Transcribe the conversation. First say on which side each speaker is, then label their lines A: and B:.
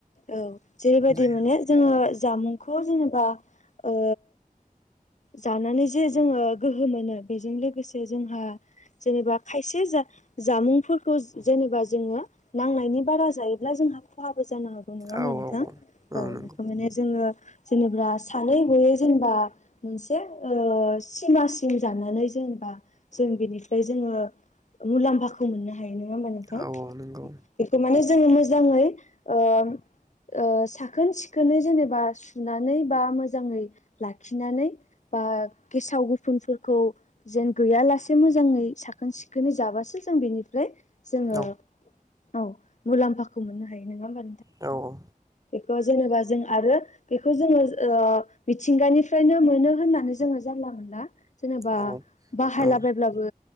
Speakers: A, on the left; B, on the right.
A: औ जेरैबायदि
B: जायो
A: माने जोङो जामुं खौ जेनेबा ओ जानानै जे जोङो गोहो मोनो बेजों लोगोसे जोंहा जेनेबा खायसे जामुंफोरखौ जेनेबा जोङो नांनायनि बारा जायोब्ला जोंहा खहा बो जानो हागौ नङा
B: औ
A: होमबा नोंथां
B: औ
A: औ
B: नंगौ
A: बेखौ माने जोङो जेनेबा सानै गयै जेनेबा मोनसे ओ सिमासिम जानानै जेनेबा जों बेनिफ्राय जोङो मुलाम्फाखौ मोननो हा यो नङा होनबा नोंथां
B: औ औ नंगौ
A: बेखौ माने जोङो मोजाङै ओ ओ साखोन सिखोनै जेनेबा सुनानै बा मोजाङै लाखिनानै बा गेसाव गुफुनफोरखौ जेन गैया लासे मोजाङै साखोन सिखोनै जाबासो जों बेनिफ्राय जोङो
B: औ
A: औ मुलाम्फाखौ मोननो हायो नङा होनबा।
B: औ औ
A: बो जेनेबा जों आरो बेखौ जोङो ओ मिथिंगानिफ्रायनो मोनो। होननानै जोङो जानला मोनला जेनेबा
B: औ
A: बाहायला
B: औ
A: बायब्लाबो